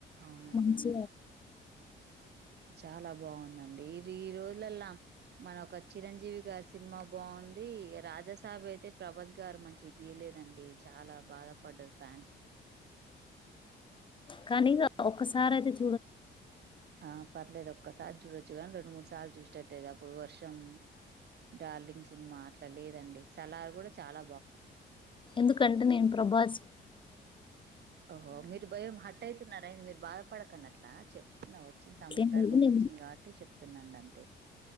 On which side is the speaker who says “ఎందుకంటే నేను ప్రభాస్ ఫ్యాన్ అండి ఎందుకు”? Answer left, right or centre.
Left